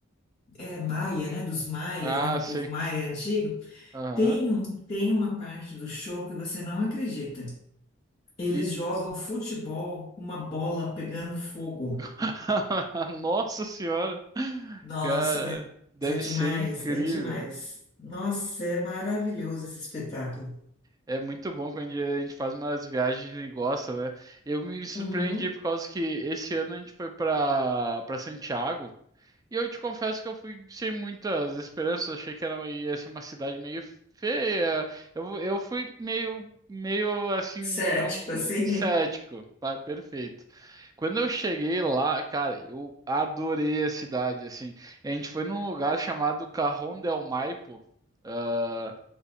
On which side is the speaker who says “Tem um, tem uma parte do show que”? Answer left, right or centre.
Left